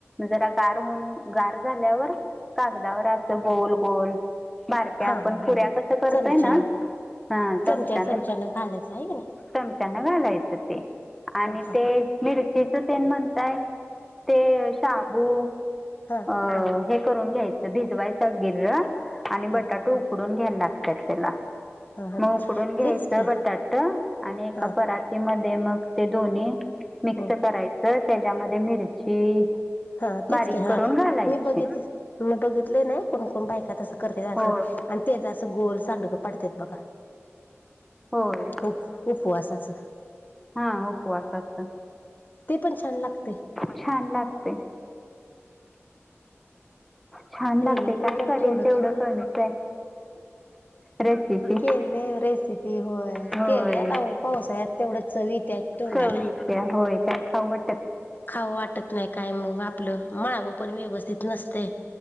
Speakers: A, in the centre; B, on the left.
A: जरा गार होन गार झाल्यावर कागदावर असं गोल गोल बारक्या
B: हा
A: आपण
B: हा हा
A: पुऱ्या
B: हा
A: कसं करतय
B: चमचान
A: ना हा
B: चमचा
A: चमच्यान
B: चमचान घालायचं आहे की नाही
A: चमच्यान घालायचं ते आणि
B: ह ह
A: ते
B: ह
A: मिरचीच सेण म्हणताय ते शाबू
B: ह
A: अ हे करून घ्यायचं भिजवायचं गिर आणि
B: ह
A: बटाटे उकडून घ्यायला लागतात त्याला
B: ह ह
A: कडून घ्यायच
B: तेच की
A: बटाट आणि एका
B: हा
A: परातीमध्ये मग ते दोन्ही मिक्स
B: हो
A: करायचं त्याच्यामध्ये मिरची
B: हा
A: बारीक
B: तेच क हा
A: करून घालायची
B: मी बघित मी बघितले नाही कोण कोण बायक असं करत असं
A: होय
B: आणि तेच असं गोल सांड पडतेत बघा
A: होय
B: उप उपवासाच
A: हा उपवासाच
B: ते पण छान लागते
A: छान लागतय छान
B: केले
A: लागतेय
B: मी
A: काय
B: पण
A: करेल
B: थोडं
A: तेवढं
B: थोडं
A: कमीच आहे रेसिपी
B: केले रेसिपी होय
A: होय
B: केले आता पावसाळ्यात तेवढं चवी वितथोंला
A: चवीच्या
B: <unintelligible>
A: होय काय खाऊ वा
B: खाऊं वाटत नाही काय मग आपलं मळावं पण व्यवस्थित नसतय